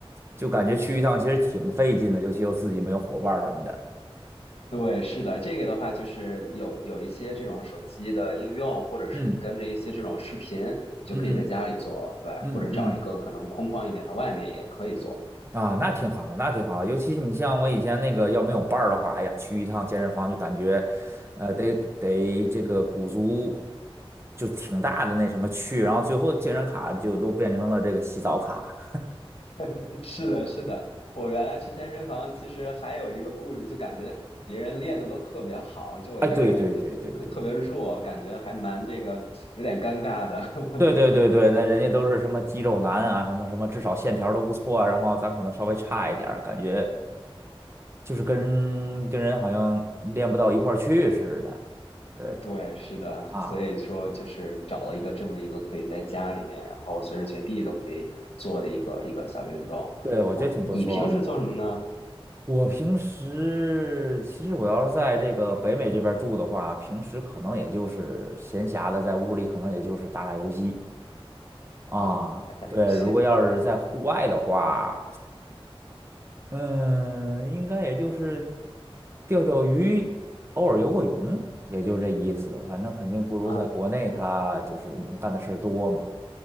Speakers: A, on the right; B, on the left.
A: 就感觉去一趟其实挺费劲的，尤其又自己没有伙伴儿什么的。
B: 对，是的，这个的话就是有有一些这种手机的应用，或者是你跟着一些这种视频，
A: 嗯
B: 你就可以在家里做，
A: 嗯
B: 对，
A: 嗯嗯嗯
B: 或者找一个可能空旷一点的外面也可以做。
A: 啊，那挺好，那挺好。尤其你像我以前那个，要没有伴儿的话，哎呀，去一趟健身房就感觉，呃，得得这个鼓足，就挺大的那什么去，然后最后健身卡就都变成了这个洗澡卡。
B: <laughs> 是的，是的，我原来去健身房，其实还有一个顾虑，就感觉别人练的都特别好，就我一个人就特特别弱，
A: 哎，对对对对对对
B: 感觉还蛮这个有点尴尬的。<laughs>
A: 对对对对，那人家都是什么肌肉男啊，什么什么，至少线条都不错啊然后咱可能稍微差一点儿感觉就是跟跟人好像练不到一块儿去似的。对
B: 对，是的，
A: 啊，
B: 所以说就是找了一个这么一个可以在家里面，然后随时随地都可以做的一个一个小运动。
A: 对，我觉得挺不错。
B: 啊、你平时做什么呢？
A: 我平时其实我要是在这个北美这边儿住的话，平时可能也就是闲暇的在屋里，可能也就是打打游戏啊。
B: 啊，打打游戏
A: 对，如果要是在户外的话，嗯，应该也就是钓钓鱼，偶尔游个泳，也就这意思。反正肯定不如在国内，
B: 啊，
A: 他就是能干的事儿多嘛。